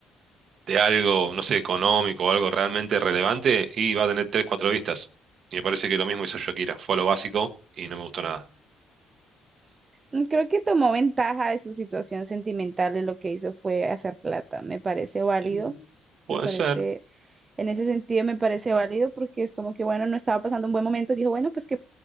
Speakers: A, on the right; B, on the right.
A: de algo, no sé, económico o algo realmente relevante, y va a tener tres, cuatro vistas. Y me parece que lo mismo hizo Shakira, fue a lo básico y no me gustó nada.
B: Mm, Creo que tomó ventaja de su situación sentimental y lo que hizo fue hacer plata. Me parece válido.
A: Mm. Puede
B: Me parece,
A: ser.
B: en ese sentido me parece válido porque es como que, bueno, no estaba pasando un buen momento. Dijo, bueno, pues, ¿qué